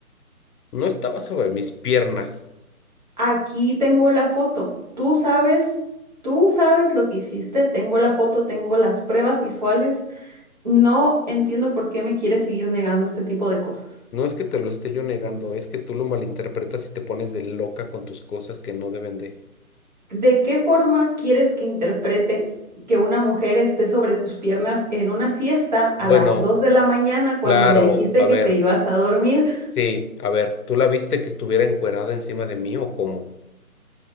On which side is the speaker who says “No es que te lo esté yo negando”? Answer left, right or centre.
Left